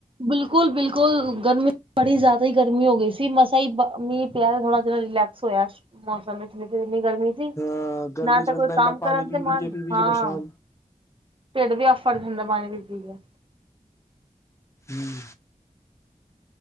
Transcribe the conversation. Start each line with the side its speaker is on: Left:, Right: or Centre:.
Right: ਬਿਲਕੁਲ- ਬਿਲਕੁਲ ਗਰਮੀ ਬੜੀ ਜ਼ਿਆਦਾ ਹੀ ਗਰਮੀ ਹੋ ਗਈ ਸੀ, ਮਸਾ ਹੀ ਮੀਹ ਪਿਆ ਥੋੜਾ ਜਿ ਰਲੈ -ਕਸ ਹੋਇਆਂ, ਮੌਸਮ ਵਿੱਚ ਨਹੀਂ ਤੇ ਏਨੀਂ ਗਰਮੀ ਸੀ,
Left: ਹਾਂ ਗਰਮੀ
Right: ਨਾ
Left: ਚ
Right: ਤਾਂ
Left: ਬੰਦਾ
Right: ਕੋਈ ਕੰਮ
Left: ਇੰਨਾ ਪਾਣੀ
Right: ਕਰਨ
Left: ਪੀ
Right: ਤੇ ਮਨ,
Left: ਪੀ ਕੇ ਪੀ ਪੀ
Right: ਹਾਂ
Left: ਕੇ ਪਰੇਸ਼ਾਨ
Right: ਢਿੱਡ ਵੀ ਆਫੜ ਜਾਂਦਾ ਪਾਣੀ ਪੀ-ਪੀ ਕੇ
Left: ਹੂੰ।